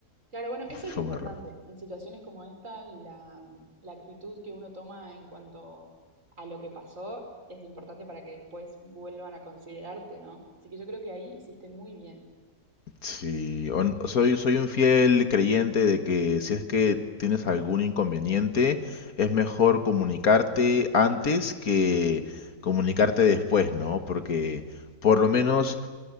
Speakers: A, on the right (about 55°); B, on the left (about 65°).
A: Claro, bueno, eso
B: Fue
A: es importante.
B: un error.
A: En situaciones como esta, la, la actitud que uno toma en cuanto a lo que pasó es importante para que después vuelvan a considerarte, ¿no? Así que yo creo que ahí hiciste muy bien.
B: Sí, on- soy, soy un fiel creyente de que si es que tienes algún inconveniente, es mejor comunicarte antes que comunicarte después, ¿no? Porque por lo menos